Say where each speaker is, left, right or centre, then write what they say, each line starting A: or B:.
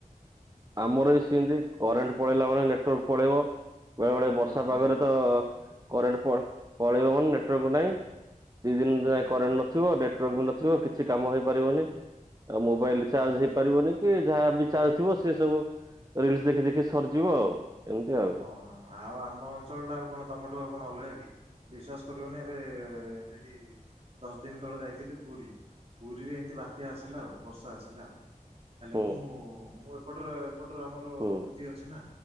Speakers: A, on the right; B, on the right.
A: ଆମର ବି ସେମିତି କରେଣ୍ଟ ପଳେଇଲା ମାନେ ନେଟୱାର୍କ ପଳେଇବ। ବେଳେ ବେଳେ ବର୍ଷା
B: ଗଲା
A: ପାଗରେ
B: ନାଇଁ କି
A: ତ କରେଣ୍ଟ ପଳେଇବ ମାନେ ନେଟୱାର୍କ ନାହିଁ ଦିଇ ଦିନ
B: ହୁଁ
A: ଯାଏଁ
B: ହୁଁ
A: କରେଣ୍ଟ ନଥିବ ନେଟୱାର୍କ ବି ନଥିବ କିଛି କାମ ହେଇପାରିବନି। ଆଉ ମୋବାଇଲ
B: ହଁ
A: ଚାର୍ଜ
B: ହଁ
A: ହେଇପାରିବନି କି ଯାହା ବି ଚାର୍ଜ ଥିବ ସେ ସବୁ ରିଲସ ଦେଖି ଦେଖି ସରିଯିବ ଆଉ। ଏମିତି ଆଉ
B: ଓହୋ ଆଉ ଆମ ଅଞ୍ଚଳଟା ଆଉ କଣ ତମଠୁ ଆଉ କଣ ଅଲଗା କି। ବିଶ୍ୱାସ କରିବନି ଏବେ ଏଇଠି ଦଶ ଦିନ ତଳେ ଯାଇଥିଲି ପୁରୀ, ପୁରୀରେ ଏମିତି ବାତ୍ୟା ଆସିଲା ଆଉ ବର୍ଷା ଆସିଲା ଆଉ। ହେଲେ
A: ହୁଁ
B: ମୁଁ ମୁଁ ଏପଟରେ ଏପଟରେ ଆମର
A: ହୁଁ
B: ବୁଦ୍ଧି ଅଛି ନା